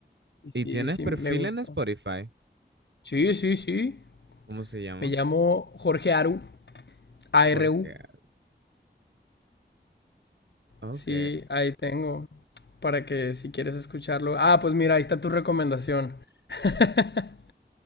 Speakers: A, on the left; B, on the right.
A: Y sí,
B: ¿Y tienes
A: sí,
B: perfil
A: me gusta.
B: en Spotify?
A: Sí, sí, sí.
B: ¿Cómo se llama?
A: Me llamo Jorge Aru, A
B: Jorge.
A: R U
B: A- Ok.
A: Sí, ahí tengo, para que si quieres escucharlo. Ah, pues mira, ahí está tu recomendación <laughs>